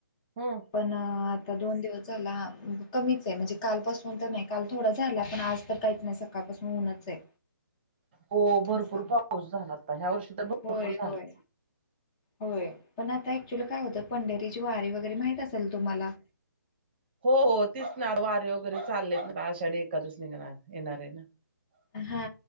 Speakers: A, on the right (about 30°); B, on the left (about 20°).
A: हम्म.
B: पण आता दोन दिवस झाला कमीच आहे म्हणजे कालपासून तर नाही काल थोडा झाला पण आज तर काहीच नाही सकाळपासून उन्हच आहे.
A: हो भरपूर
B: असं
A: पाऊस झालाता ह्या वर्षी तर भरपूर
B: होय
A: झाला.
B: होय होय पण आता क्च्युली काय होतं पंढरीची वारी वगैरे माहित असेल तुम्हाला?
A: हो हो तिचणा वारि वगैरे चाललेत ना आशाढ का <unintelligible> धच निघ ना येणारे ना
B: हा